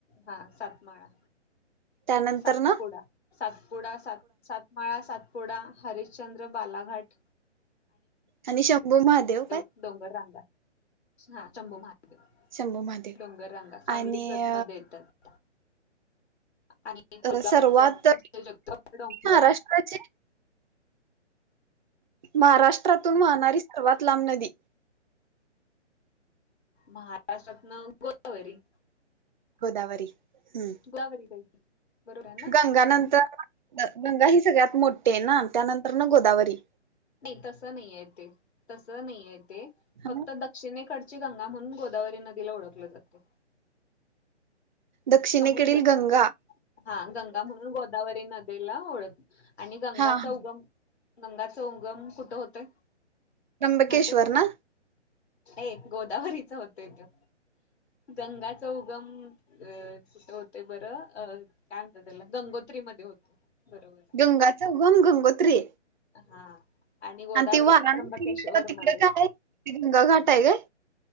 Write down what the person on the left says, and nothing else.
हा सातमाळा
सातपुडा
सातपुडा सात सात माळा सातपुडा हरिश्चंद्र बालाघाट.
डोगर रांगा. हा शंभू महादेव
डोंगर रांगा सांगली
जत मध्ये येत्यात त्या. आणि कोल्हापूरचं
<inaudible> डोंगर
हाय.
महाराष्ट्रातनं गोदावरी.
गोदावरी जायची बरोबर आहे ना
नाही तसं नाहीये तेे तसं नाहीये तेे
फक्त द क्षिणेकडची गंगा म्हणून गोदावरी नदीला ओळखलं जाते.
समजलं
काय हा गंगा म्हणून गोदावरी नदीला ओळख आणि गंगाचा
उगम गंगाचा उगम कुठं होतोय
माहिते तुला
ए गोदावरीचा होतोय त्यो गंगाचा उगम अ कुठं होतोय बरं अ काय म्हणतात त्याला गंगोत्री मध्ये होतो बरोबर हाय.
हा आणि गोदावरीच
त्र्यंबकेश्वर
मध्ये.